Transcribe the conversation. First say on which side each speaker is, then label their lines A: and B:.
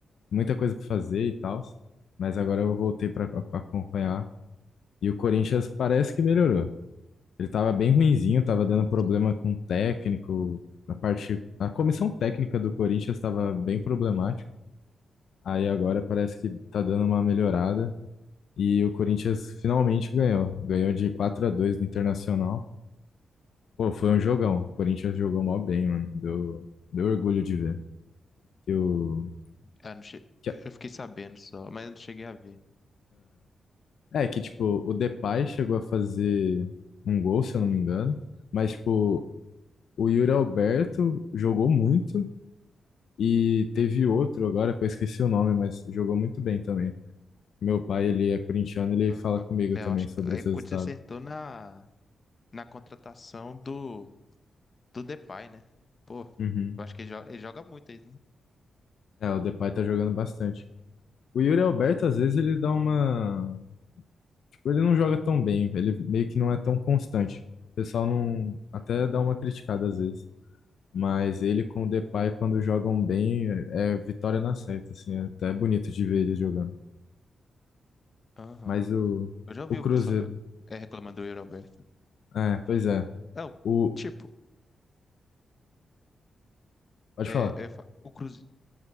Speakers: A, on the left; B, on the left.
A: muita coisa para fazer e tal, mas agora eu voltei para acompanhar. E o Corinthians parece que melhorou. Ele tava bem ruinzinho, tava dando problema
B: Sim.
A: com o técnico, a parte, a comissão técnica do Corinthians estava bem problemática. Aí agora parece que tá dando uma melhorada e o Corinthians finalmente ganhou. Ganhou de 4 a 2 do Internacional. Pô, foi um jogão. O Corinthians
B: Sim.
A: jogou mó bem, mano. Deu, deu orgulho de ver. Que o
B: Ah, não che...
A: que,
B: Eu fiquei sabendo só, mas eu não cheguei a ver.
A: É que, tipo, o Depay chegou a fazer um gol, se eu não me engano. Mas, tipo, o Yuri Alberto jogou muito e teve outro agora que eu esqueci o nome, mas jogou muito bem também. Meu pai, ele é corintiano, ele
B: Aham.
A: fala comigo
B: É,
A: também
B: eu acho
A: sobre
B: que é,
A: os
B: o
A: resultados.
B: Corinthians acertou na, na contratação do, do Depay, né? Pô,
A: Uhum.
B: eu acho que ele joga, ele joga muito aí, né?
A: É, o Depay tá jogando bastante. O Yuri Alberto, às vezes, ele dá uma. Tipo, ele não joga tão bem, ele meio que não é tão constante. O pessoal não. Até dá uma criticada às vezes. Mas ele com o Depay, quando jogam bem, é é vitória na certa, assim. É até bonito de ver eles jogando.
B: Aham.
A: Mas o,
B: Eu já ouvi
A: o Cruzeiro...
B: o pessoal é, reclamando do Euroberto.
A: É, pois é.
B: Não,
A: O,
B: tipo,
A: pode
B: é,
A: falar.
B: eu ia fa- o Cruzeiro,